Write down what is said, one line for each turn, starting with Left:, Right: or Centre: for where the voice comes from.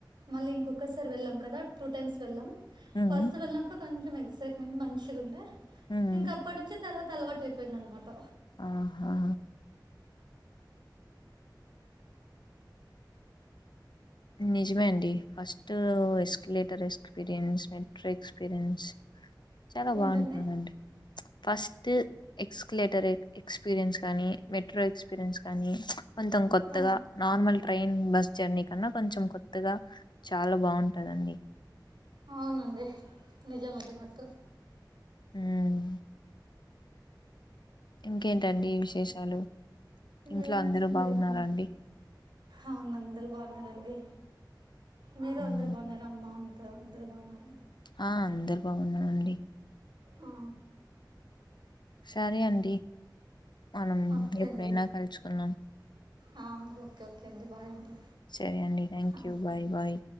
Right: మళ్ళీ ఇంకొక్కసారి వెళ్ళాం కదా టూ టైమ్స్ వెళ్ళం
Left: ఉమ్
Right: ఫస్ట్ వెళ్ళినప్పుడు కొంచెం ఎగ్సైట్మెంట్ మంచిగుండె
Left: ఉమ్
Right: ఇంక అప్ప నుంచి తర్వాత అలవాటు అయిపోయిందనమాట
Left: ఆహా నిజమే అండి first escalator experience, better experience చాలా
Right: ఏంటండి
Left: బావుటుందండి first escalator a experience కానీ మెట్రో ఎక్స్పీరియన్స్ కానీ కొంతం కొత్తగా
Right: ఆ,
Left: నార్మల్ ట్రైన్ బస్ జర్నీ, కన్నా కొంచెం కొత్తగా చాలా బావుటదండి
Right: అవునండి నిజం అది మాత్రం
Left: హ్మ్. ఇంకేంటండి విశేషాలు ఇంట్లో
Right: ఏంట
Left: అందరూ బాగున్నారా
Right: లేదండి
Left: అండి?
Right: అవును అందరు బావున్నారండి మీరు
Left: హ్మ్.
Right: అందరు బావున్నార అమ్మ అ అందరూ బావున్నారు
Left: ఆ అందరు బావున్నానండి
Right: ఆ
Left: సరే అండి మనం
Right: ఓకే
Left: ఎప్పుడైనా
Right: అండి
Left: కలుచుకున్నాం
Right: ఆ ఓకే ఓకే అండి బాయ్ అండి
Left: సరే అండి థ్యాంక్
Right: ఆ,
Left: యూ బాయ్ బాయ్.